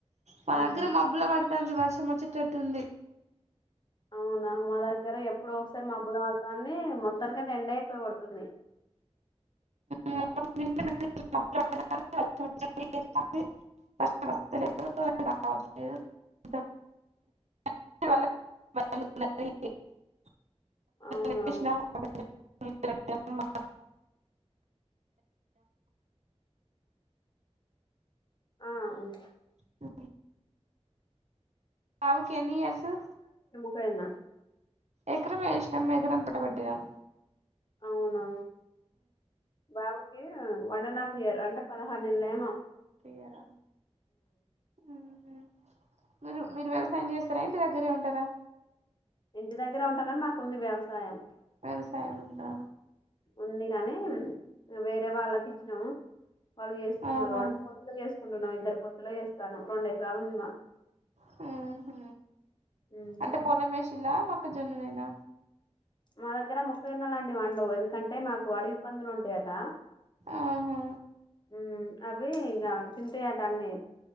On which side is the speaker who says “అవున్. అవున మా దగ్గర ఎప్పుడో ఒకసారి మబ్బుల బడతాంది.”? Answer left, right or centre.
Left